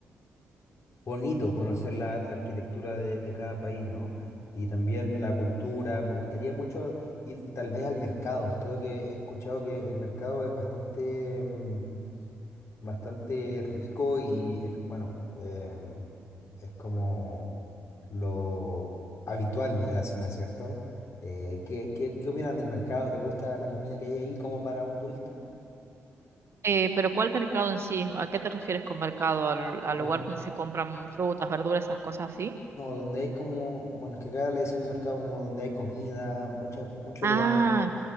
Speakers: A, on the left; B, on the right.
A: bonito conocer la, la arquitectura de, de cada país, ¿no? Y también la cultura. Me gustaría mucho ir tal vez al mercado. Creo que he escuchado que el mercado es bastante, mm, bastante rico y es, bueno, em, es como lo habitual de la zona, ¿cierto? Eh, ¿qué, qué, qué opinas del mercado? ¿Te gusta la comida que hay ahí como para un turista?
B: Eh, pero ¿cuál mercado en sí? ¿A qué te refieres con mercado? ¿Al,
A: Ah,
B: al
A: Mer-
B: lugar donde se compran frutas, verduras, esas cosas así?
A: No, donde hay como, bueno, es que acá le decimos mercado como donde hay comida, mucha, muchos
B: Ah,
A: lugares